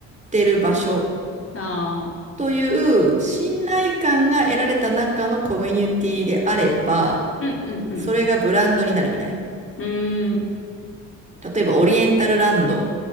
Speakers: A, on the right; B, on the left.
A: てる場所
B: ああ、
A: という信頼感が得られた中のコミュニティであれば、
B: うんうんうん。
A: それがブランドになるみたいな。
B: うーん、
A: 例えばオリエンタルランドっ